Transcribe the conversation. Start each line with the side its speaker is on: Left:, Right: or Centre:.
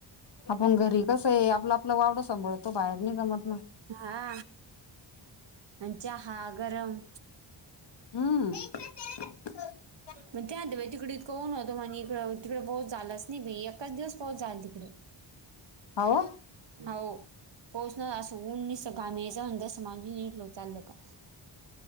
Left: आपण घरी कसं आहे आपलं आपलं वावड सांभाळतो बाहेर नि जमत ना.
Right: हा आणि च्याहा गरम
Left: ह.
Right: मग त्या आ बाई तिकडेक कोण होतं म्हण इ तिकडे पाऊस झालाच नाही एकाच दिवस पाऊस झाला तिकडे
Left: होव
Right: हो पोहोचणार असं नस घामेचा अंदर समाजून निटलो चाल का. <unintelligible>